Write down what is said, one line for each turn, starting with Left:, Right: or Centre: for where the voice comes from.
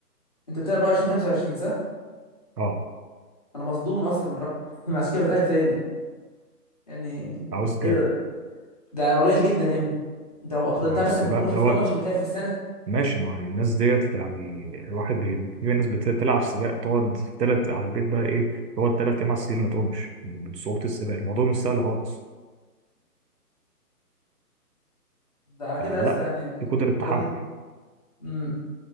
Left: انت بتقول 24 25 صح
Right: اه
Left: انا مصدوم اصلا من الرقم <laughs> عشان كده بسالك تاني يعني
Right: عاوز كام
Left: ايه ده ده قليل جدا يا ابني انت لو قارنتها
Right: ما هو السباق
Left: مثلا بالكوره
Right: دوت
Left: شوف كم ماتش بتلعب في السنه
Right: ماشي ما هو الناس ديت يعني الواحد بي... في ناس بتلعب سباق تقعد في تلات على البيت بقى ايه تقعد تلات ايام على السرير ما تقومش من صعوبة السباق الموضوع مش سهل خالص
Left: ده على كده
Right: فلا
Left: يا اسطى يعني الرياضه
Right: في قدرة تحمل
Left: دي امم